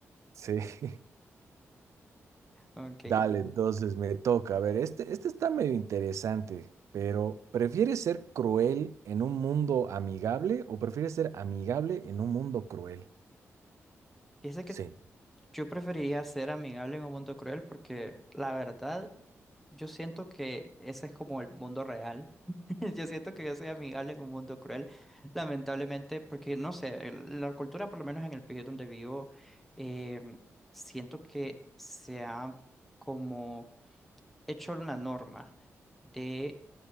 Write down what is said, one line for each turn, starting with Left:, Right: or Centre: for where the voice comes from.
Right: Sí. <laughs>
Centre: Ok.
Right: Dale, entonces me toca. A ver, este, este está medio interesante, pero ¿prefieres ser cruel en un mundo amigable o prefieres ser amigable en un mundo cruel?
Centre: Fíjese que
Right: Sí.
Centre: yo preferiría ser amigable en un mundo cruel porque la verdad Yo siento que ese es como el mundo real. <laughs> Yo siento que yo soy amigable en un mundo cruel, lamentablemente, porque no sé, el- la cultura, por lo menos en el país donde vivo, eh, siento que se ha como hecho una norma de